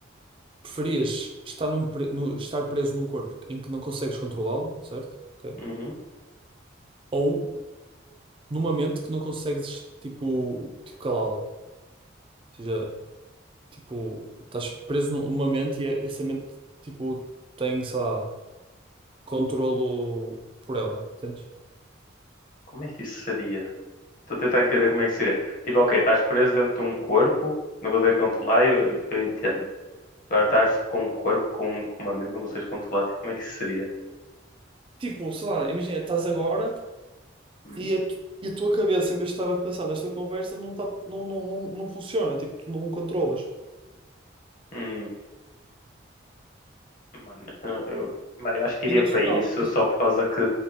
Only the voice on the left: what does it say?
uhum.
Como é que isso seria? Estou a tentar entender como é que seria. Tipo, ok, estás preso dentro de um corpo, não consegues controlar, eu, eu entendo. Agora estás com um corpo, com, com uma mente, não consegues controlar, tipo, como é que isso seria?
Hum?
Hum. Mano, eu, não- eu- mano, eu acho que iria
para
isso só por causa que